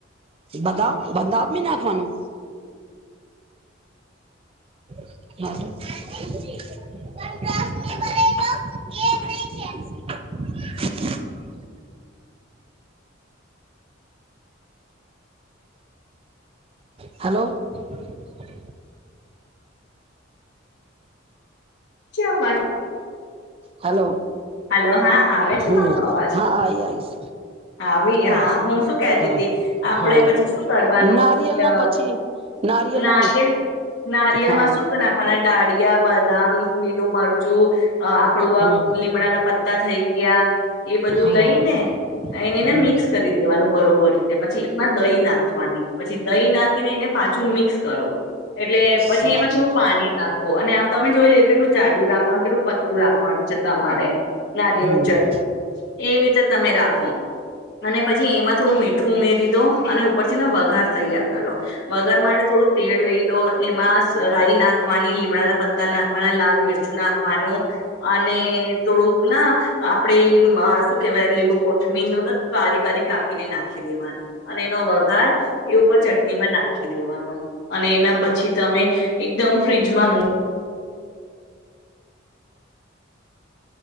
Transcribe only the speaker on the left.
ચ વા
હલો હા આવે છે
મારો અવાજ
આવી
હા હું શું કેતી
હતી આપડે
પછી શું કરવાનું
ના
નારિયેર
નારિયેળમાં
શપ નાખવાના દાળીિયા બદામ લીલું મરચું અ આપડું
આ લીમડા ના પતા તા થઈ ગયા એ બધું
લઈ ને એને
એને મિક્સ કરી દેવાનું બરોબર રીતે પછી એમાં દહી નાખવાની પછી દહીં નાખીને એને પાછું મિક્સ કરો એટલે
પછી એમાં થોડું પાણી નાખે અને આપ તમે જોઈ લે કેટલું જાાડું રાખવાનું કેું પતલું રાખ પાંચ ચ તમારે નારિેયલની
ચટણી એવી રીતે તમે રાખ અને પછી એમાં થોડું મીઠું ઉમેરી દો અને ઉપર થી ના વઘાર તૈયાર વગાર માટે થોડુંક તેડ લઈ લો એમાં રાઈ નાખવાની લીમડા ના પત્તા નાખવાના લાલ મિરચું નાખવાનું અને થોડુંક ના આપણેે શું કેવાય લીલું કોથમીું બારી બારી કાપીને નાખી દેવાની અને એનો વઘાર એ ઉપર ચટણીમાં નાખી દેવાનો અને એના પછી તમે એકદમ ફ્રીજમાં